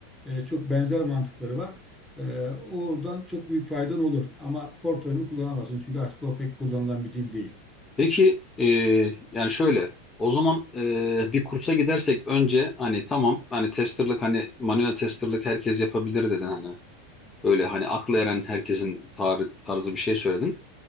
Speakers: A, in the centre; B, on the left (about 20°).
A: e, çok benzer mantıkları var. E, oradan çok büyük faydan olur. Ama Fortran'ı kullanamazsın çünkü artık o pek kullanılan bir dil değil.
B: Peki e, yani şöyle o zaman e, bir kursa gidersek önce hani tamam hani testerlık hani manuel testerlık herkes yapabilir dedin hani öyle hani akla eren herkesin tar- tarzı bir şey söyledin.